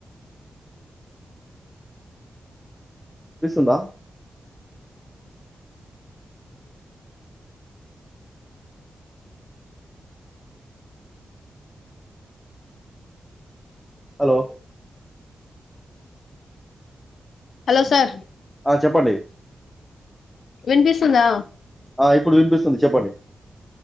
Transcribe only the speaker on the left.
హలో సార్
వెన్పిేసుందా